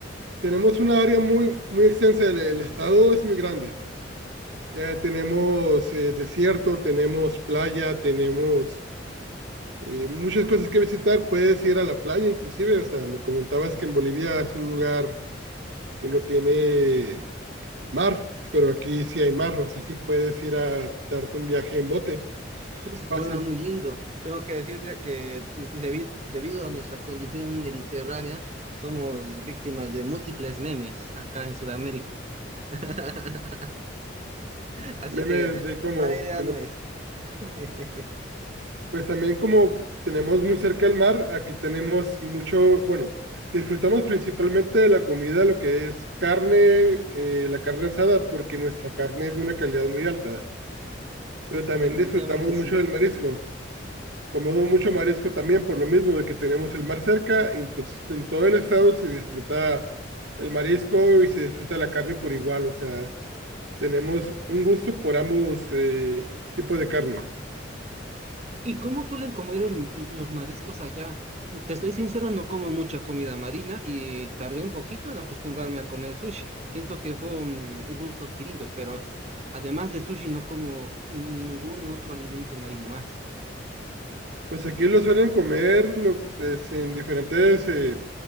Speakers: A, on the right; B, on the right.
A: Tenemos una área muy, muy extensa, del el estado es muy grande. Eh, tenemos eh, desierto, tenemos playa, tenemos eh, muchas cosas que visitar. Puedes ir a la playa, inclusive. O sea, me comentabas que en Bolivia es un lugar que no tiene mar, pero aquí sí hay mar. O sea, sí puedes ir a darte un viaje en bote.
B: <laughs>
A: Fácil.
B: Suena muy lindo. Tengo que decirte que debido, debido a nuestra condición mediterránea, somos víctimas de múltiples memes acá en Sudamérica. <laughs> Así
A: Memes
B: que
A: de como
B: mala idea
A: que
B: no
A: no
B: es. <laughs>
A: Pues también como tenemos muy cerca el mar, aquí tenemos mucho, bueno, disfrutamos principalmente de la comida, lo que es carne, eh, la carne asada, porque nuestra carne es de una calidad muy alta, pero también
B: Definitivamente
A: disfrutamos mucho
B: sí.
A: del marisco. Comemos mucho marisco también por lo mismo de que tenemos el mar cerca, y entonces en todo el estado se disfruta el marisco y se disfruta la carne por igual, o sea, tenemos un gusto por ambos eh, tipos de carne.
B: ¿Y cómo suelen comer el- los mariscos allá? Te estoy sincero, no como mucha comida marina y tardé un poquito en acostumbrarme a comer sushi. Siento que fue un un gusto adquirido, pero además de sushi no como ningún otro alimento marino más.
A: Pues aquí lo suelen comer lo- pues, en diferentes eh,